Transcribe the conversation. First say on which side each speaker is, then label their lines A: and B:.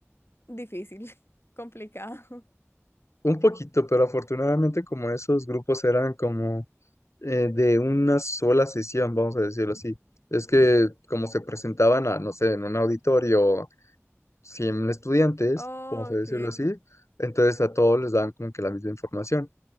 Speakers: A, on the left; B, on the left.
A: difícil, <laughs> complicado. <laughs>
B: Un poquito, pero afortunadamente como esos grupos eran como eh, de una sola sesión, vamos a decirlo así, es que como se presentaban a, no sé, en un auditorio, cien estudiantes,
A: Oh,
B: vamos a
A: ok,
B: decirlo así, entonces a todos les daban como que la misma información.